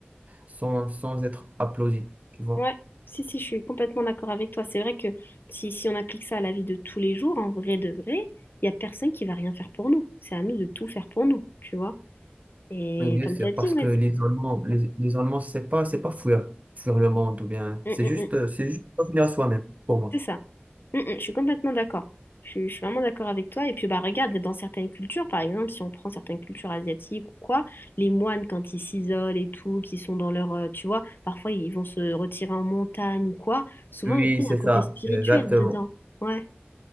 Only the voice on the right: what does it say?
sans, sans être applaudi. Tu vois?
Oui, bien
sûr,
parce
que les
Allemands, les, les Allemands, c'est pas, c'est pas fuir, fuir le monde ou bien,
c'est
juste,
euh, c'est juste revenir à soi-même, pour moi.
Oui,
c'est
ça,
c'est exactement.